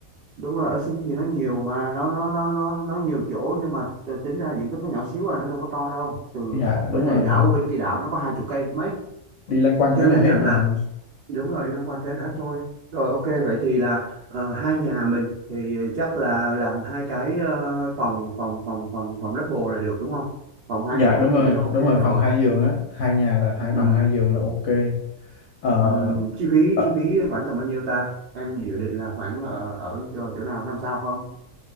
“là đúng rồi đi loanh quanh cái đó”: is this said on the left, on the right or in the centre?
Right